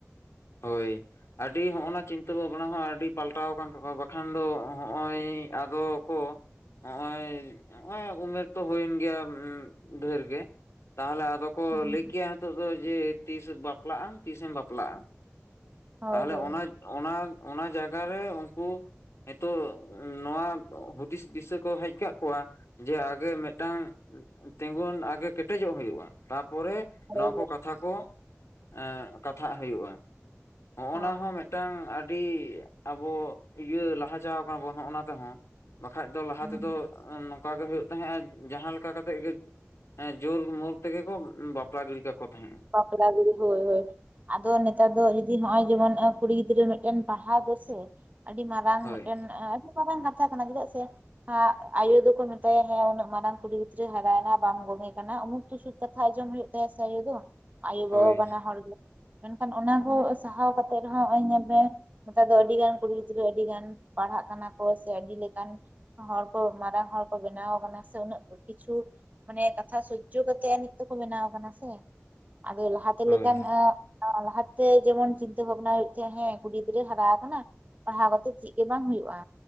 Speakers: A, on the left (about 75°); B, on the right (about 35°).
A: ᱦᱳᱭ ᱟᱹᱰᱤ ᱦᱚᱸᱜᱼᱚ ᱱᱟ ᱪᱤᱱᱛᱟᱹ ᱵᱷᱟᱵᱽᱱᱟ ᱦᱚᱸ ᱟᱹᱰᱤ ᱯᱟᱞᱴᱟᱣ ᱟᱠᱟᱱ ᱛᱟᱠᱚᱣᱟ ᱵᱟᱠᱷᱟᱱ ᱫᱚ ᱦᱚᱜᱼᱚᱭ ᱟᱫᱚ ᱠᱚ ᱦᱚᱸᱜᱼᱚᱭ ᱱᱚᱜᱼᱚᱭ ᱩᱢᱮᱨ ᱛᱚ ᱦᱩᱭᱮᱱ ᱜᱮᱭᱟ ᱰᱷᱮᱨ ᱜᱮ ᱛᱟᱦᱞᱮ ᱟᱫᱚ ᱠᱚ
B: ᱦᱩᱸ
A: ᱞᱟᱹᱭ ᱠᱮᱭᱟ ᱱᱤᱛᱚᱜ ᱫᱚ ᱡᱮ ᱛᱤᱥ ᱵᱟᱯᱞᱟᱜᱼᱟᱢ ᱛᱤᱥᱮᱢ ᱵᱟᱯᱞᱟᱜᱼᱟ
B: ᱦᱳᱭ
A: ᱛᱟᱦᱚᱞᱮ
B: ᱦᱳᱭ
A: ᱚᱱᱟ ᱚᱱᱟ ᱚᱱᱟ ᱡᱟᱭᱜᱟᱮ ᱩᱱᱠᱩ ᱱᱤᱛᱚᱜ ᱱᱚᱣᱟ ᱦᱩᱫᱤᱥ ᱫᱤᱥᱟᱹ ᱠᱚ ᱦᱮᱡ ᱠᱟᱜ ᱠᱚᱣᱟ ᱡᱮ ᱟᱜᱮ ᱢᱤᱫᱴᱟᱝ ᱛᱤᱜᱩᱱ ᱟᱜᱮ ᱠᱮᱴᱮᱡᱚᱜ ᱦᱩᱭᱩᱜᱼᱟ ᱛᱟᱯᱚᱨᱮ
B: ᱦᱳᱭ
A: ᱱᱚᱣᱟ ᱠᱚᱛᱷᱟ ᱠᱟᱛᱷᱟ ᱠᱚ ᱮᱸᱜ ᱠᱟᱛᱷᱟᱜ ᱦᱩᱭᱩᱜᱼᱟ ᱦᱚᱜᱼᱚ
B: ᱦᱳᱭ
A: ᱱᱚᱶᱟ ᱦᱚᱸ ᱴᱟᱝ ᱟᱹᱰᱤ ᱟᱵᱚ ᱤᱭᱟᱹ ᱞᱟᱦᱟ ᱪᱟᱣ ᱠᱟᱱᱟ ᱵᱚᱱ ᱦᱚᱜᱼᱚᱱᱟ ᱛᱮᱦᱚᱸ ᱵᱟᱠᱷᱟᱡ ᱫᱚ ᱞᱟᱦᱟ
B: ᱦᱩᱸ
A: ᱛᱮᱫᱚ ᱱᱚᱝᱠᱟ ᱜᱮ ᱦᱩᱭᱩᱜ ᱛᱟᱦᱮᱸᱡᱼᱟ ᱡᱟᱦᱟᱸ ᱞᱮᱠᱟ ᱠᱟᱛᱮᱜ ᱜᱮ ᱦᱮᱸ ᱡᱳᱨ ᱢᱳᱨ ᱛᱮᱜᱮ ᱠᱚ ᱵᱟᱯᱞᱟ ᱜᱤᱰᱤᱤ ᱠᱟᱠᱚ ᱛᱟᱦᱮᱡᱸᱼᱟ
B: ᱵᱟᱯᱞᱟ ᱜᱤᱲᱤ ᱦᱳᱭ ᱦᱳᱭ ᱟᱫᱚ ᱱᱮᱛᱟᱨ ᱫᱚ ᱡᱩᱫᱤ ᱱᱚᱜ ᱚᱚᱭ ᱡᱮᱢᱚᱱ ᱠᱩᱲᱤ ᱜᱤᱫᱽᱨᱟᱹ ᱢᱮᱴᱮᱱ ᱯᱟᱦᱟᱣ ᱫᱚᱥᱮ ᱟᱹᱰᱤ ᱢᱟᱨᱟᱝ
A: ᱦᱳᱭ
B: ᱢᱮᱴᱮᱱ ᱟᱹᱰᱤ ᱢᱟᱨᱟᱝ ᱠᱟᱛᱷᱟ ᱠᱟᱱᱟ ᱪᱮᱫᱟᱜ ᱥᱮ ᱦᱜ ᱟᱭᱳ ᱫᱚᱠᱚ ᱢᱮᱛᱟᱭᱟ ᱦᱮᱸ ᱩᱱᱟᱹᱜ ᱢᱟᱨᱟᱝ ᱠᱩᱲᱤ ᱜᱤᱫᱽᱨᱟᱹ ᱦᱟᱨᱟᱭᱱᱟ ᱵᱟᱝ ᱜᱚᱝᱮ ᱠᱟᱱᱟ ᱩᱢᱩᱠ ᱛᱩᱥᱩᱠ ᱠᱟᱛᱷᱟ ᱟᱸᱡᱚᱢ ᱦᱩᱭᱩᱜ ᱛᱟᱭᱟ ᱥᱮ ᱟᱭᱩ ᱫᱚ ᱟᱭᱩᱼᱵᱟᱵᱟ
A: ᱦᱳᱭ
B: ᱵᱟᱱᱟ ᱦᱚᱲ ᱜᱮ ᱢᱮᱱᱠᱷᱟᱱ ᱚᱱᱟ ᱠᱚ ᱥᱟᱦᱟᱣ ᱠᱟᱛᱮᱜ ᱨᱮᱦᱚᱸ ᱚᱭ ᱧᱮᱞ ᱢᱮᱮ ᱱᱮᱛᱟᱨ ᱫᱚ ᱟᱹᱰᱤ ᱜᱟᱱ ᱠᱩᱲᱤ ᱜᱤᱫᱽᱨᱟᱹ ᱟᱹᱰᱤ ᱜᱟᱱ ᱯᱟᱲᱦᱟᱜ ᱠᱟᱱᱟ ᱠᱚ ᱥᱮ ᱟᱹᱰᱤ ᱞᱮᱠᱟᱱ ᱦᱚᱲ ᱠᱚ ᱢᱟᱨᱟᱝ ᱦᱚ ᱠᱚ ᱵᱮᱱᱟᱣ ᱠᱟᱱᱟ ᱥᱮ ᱩᱱᱟᱹᱜ ᱠᱚ ᱠᱤᱪᱷᱩ ᱢᱟᱱᱮ ᱠᱟᱛᱷᱟ ᱥᱣᱡᱡᱣ ᱠᱟᱛᱮᱜ ᱟ ᱱᱤᱛ ᱛᱮᱠᱚ ᱵᱮᱱᱟᱣ ᱠᱟᱱᱟ ᱥᱮ ᱟᱫᱚ ᱞᱟᱦᱟᱛᱮᱱ
A: ᱦᱳᱭ
B: ᱞᱮᱠᱟᱱ-ᱟᱜ ᱞᱟᱦᱟᱛᱮ ᱡᱮᱢᱚᱱ ᱪᱤᱱᱛᱣᱹ ᱵᱷᱟᱵᱱᱟ ᱦᱩᱭᱩᱜ ᱛ ᱦᱮᱸ ᱠᱩᱲᱤ ᱜᱤᱫᱽᱨᱟᱹ ᱦᱟᱨᱟ ᱟᱠᱟᱱᱟ ᱯᱟᱦᱟᱣ ᱠᱟᱛᱮᱜ ᱪᱮᱫ ᱜᱮ ᱵᱟᱝ ᱦᱩᱭᱩᱜᱼᱟ